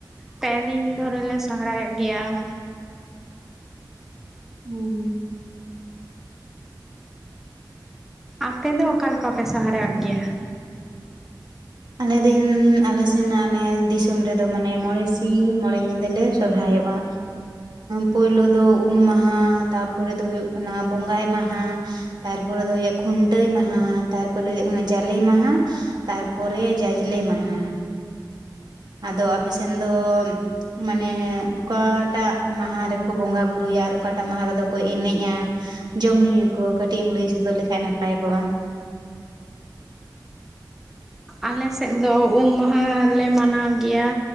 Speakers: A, in the centre; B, on the right.
A: ᱯᱮ ᱫᱤᱱ ᱫᱷᱚᱨᱮᱞᱮ ᱥᱚᱦᱚᱨᱟᱭᱚᱜ ᱜᱤᱭᱟ ᱾
B: <inaudible>
A: ᱟᱯᱮ ᱫᱚ ᱚᱠᱟᱞᱮᱠᱟ ᱯᱮ ᱥᱚᱦᱚᱨᱟᱭᱚᱜ ᱜᱤᱭᱟ?
B: ᱟᱞᱮ ᱫᱤᱱ ᱟᱞᱮ ᱥᱮᱱᱟᱜ ᱟᱞᱮ ᱫᱤᱥᱚᱢ ᱨᱮᱫᱚ ᱢᱟᱱᱮ ᱢᱚᱬᱮ ᱥᱤᱧ ᱢᱚᱬᱮ ᱧᱤᱫᱟᱹᱞᱮ ᱥᱚᱨᱦᱟᱭᱚᱜᱼᱟ ᱯᱳᱭᱞᱳ ᱫᱚ ᱩᱢ ᱢᱟᱦᱟ ᱛᱟᱨᱯᱚᱨᱮ ᱫᱚ ᱦᱳᱭᱳᱜ ᱠᱟᱱᱟ ᱵᱚᱸᱜᱟᱭ ᱢᱟᱦᱟ ᱛᱟᱨᱯᱚᱨᱮ ᱫᱚ ᱦᱳᱭᱳᱜᱼᱟ ᱠᱷᱩᱱᱴᱟᱹᱣ ᱢᱟᱦᱟ ᱛᱟᱨᱯᱚᱨᱮ ᱦᱳᱭᱳᱜ ᱠᱟᱱᱟ ᱡᱟᱞᱮ ᱢᱟᱦᱟ ᱛᱟᱨ ᱯᱚᱨᱮ ᱡᱟᱡᱽᱞᱮ ᱢᱟᱦᱟ ᱟᱫᱚ ᱟᱯᱮ ᱥᱮᱱ ᱫᱚ ᱢᱟᱱᱮ ᱚᱠᱟᱴᱟᱜ ᱢᱟᱦᱟ ᱨᱮᱠᱚ ᱵᱚᱸᱜᱟ ᱵᱩᱨᱩᱭᱟ ᱟᱨ ᱚᱠᱟᱴᱟᱜ ᱢᱟᱦᱟ ᱨᱮᱫᱚ ᱠᱚ ᱮᱱᱮᱡᱼᱟ ᱡᱚᱢ ᱧᱩᱭᱟᱠᱚ ᱠᱟᱹᱴᱤᱡ ᱮᱢ ᱞᱟᱹᱭ ᱥᱚᱫᱚᱨ ᱞᱮᱠᱷᱟᱡ ᱱᱟᱯᱟᱭ ᱠᱚᱜᱼᱟ
A: ᱟᱞᱮ ᱥᱮᱫ ᱫᱚ ᱩᱢ ᱢᱟᱦᱟᱞᱮ ᱢᱟᱱᱟᱣ ᱜᱮᱭᱟ